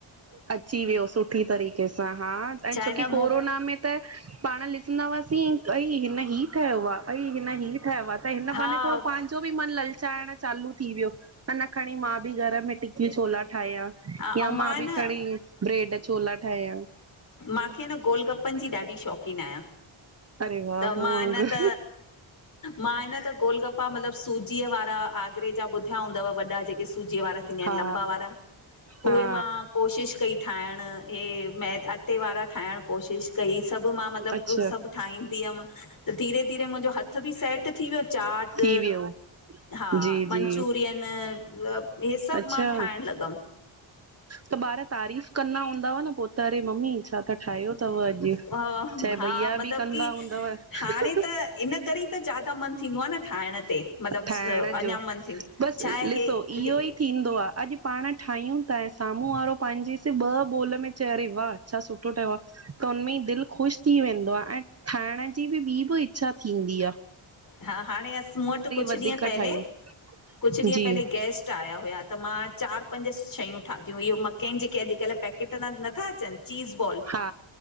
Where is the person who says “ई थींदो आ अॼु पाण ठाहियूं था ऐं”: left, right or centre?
Right